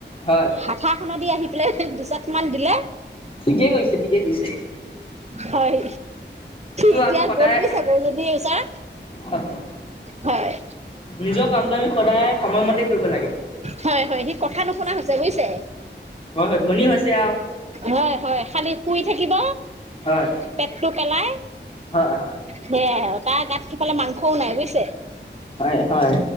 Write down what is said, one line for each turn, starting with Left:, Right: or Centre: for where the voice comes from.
Left: হয়
Right: হাঠাখনত দি আহি পেলাই দুচাকমান দিলে।
Left: ঠিকে কৈছে ঠিকে কৈছে।
Right: হয় এতিয়া
Left: আমি সদায়
Right: গ'ল বুইছাকৌ যদি ওচা
Left: হয় হয়
Right: হয়।
Left: নিজৰ কামটো আমি সদায় সময়মতে কৰিব লাগে
Right: হয় হয় সি কথা নুশুনা হৈছে বুজিছে।
Left: হয় হয় ধনী হৈছে আৰু
Right: হয় হয় খালী শুই থাকিব।
Left: হয়।
Right: পেটটো পেলাই
Left: হয় হয়।
Right: সেয়াই আৰু তাৰ গাত সেইফালে মাংসও নাই বুজিছে।
Left: হয় হয়